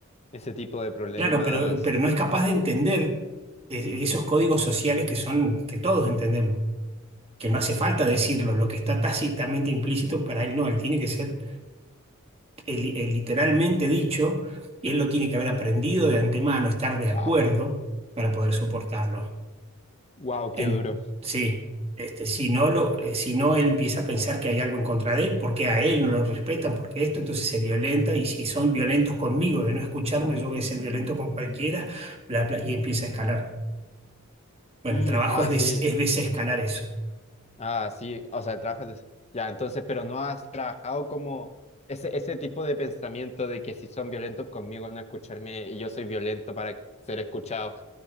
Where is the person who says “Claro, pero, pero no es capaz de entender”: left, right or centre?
Right